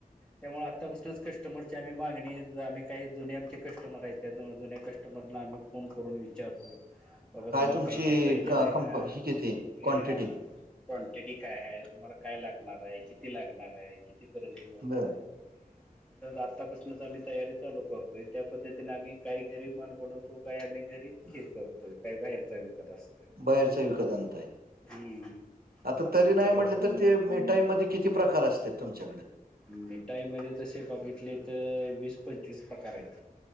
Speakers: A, in the centre; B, on the right.
A: त्यामुळे आतापासूनच कस्टमरची आम्ही मागणी आम्ही काही जुने आमचे कस्मर आहे त्या जु जुन्या कस् कस्टमरना आम्ही फोन करून विचारतो. बाबत तूमाल
B: तुमची
A: काय काय पाहिजेल
B: का
A: हाय
B: कंप ही
A: ह
B: किती
A: क
B: क्वांटिटी
A: क्वांटिटी काय आहे तुम्हाला काय लागणार आहे किती लागणार आहे कितीपर्यंत ह होणार
B: बर
A: आहे. तच आत्तापासूनच आम्ही तयारी चालू करतो आणि त्या पद्धतीने आम्ही काही घरी माल बनवतो काही आम्ही घरी हे करतोय काही बाहेरचा विकत असतो.
B: बाहेरचा विकत आणताय आहे.
A: हम्म
B: आता तरी
A: आमच्याकडे
B: नाही म्हटले
A: भरपूर
B: तर ते मिठाईमध्ये किती प्रकार असत तुमच्याकडे.
A: मिठाई मध्ये तसे बघितले तर वीस पंचवीस प्रकार आहेत.